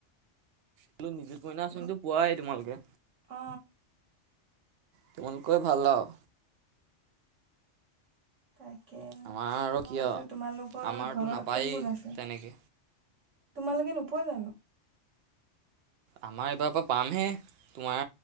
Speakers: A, on the right; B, on the right.
A: ব, নিজোট মইনা আচনীটো
B: ঘ-
A: পোৱাই তোমালোকে।
B: অ
A: তোমালোকে ভাল আৰু।
B: তাকে
A: আমাৰ আৰু
B: মই
A: কি
B: কৈছোঁ,
A: আৰু
B: তোমালোকৰ
A: আমাৰতো
B: ঘৰত
A: নাপায়েই
B: কোন কোন আছে।
A: তেনেকে
B: তোমালোকে নোপোৱা জানো।
A: আমাৰ এইবাৰ পৰা পামহে তোমাৰ